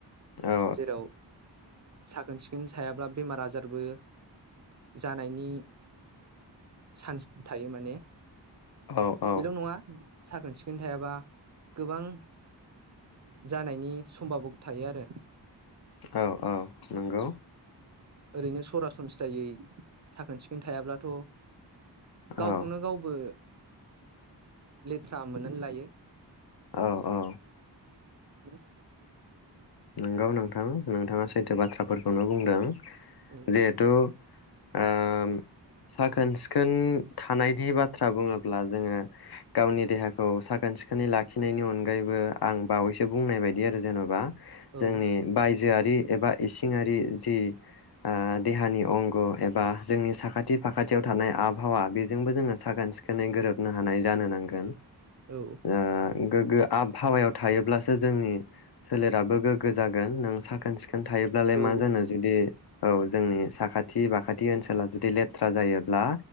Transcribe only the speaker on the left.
औ
औ औ
औ औ नंगौ।
औ
औ औ।
नंगौ नोंथां नोंथाङा सैथो बाथ्राफोरखौनो बुंदों।
जेहेतु ओम साखोन सिखोन थानायनि बाथ्रा बुङोब्ला जोङो गावनि देहाखौ साखोन सिखोनै लाखिनायनि अनगायैबो आं बावैसो बुंनाय बायदि आरो जेन'बा जोंनि
बायज जोआरि एबा इसिङारि जि ओ देहानि अंग' एबा जोंनि साखाथि फाखाथियाव थानाय आबहावा बेजोंबो जोङो साखोन सिखोनै गोरोबनो हानाय जानो नांगोन।
ओ गोग्गो आबहावायाव थायोब्लासो जोंनि सोलेराबो गोग्गो जागोन नों साखोन सिख खोन थायोब्लालाय
मा जानो जुदि औ जोंनि साखाथि बाखाथि ओनसोला जुदि लेथ्रा जायोब्ला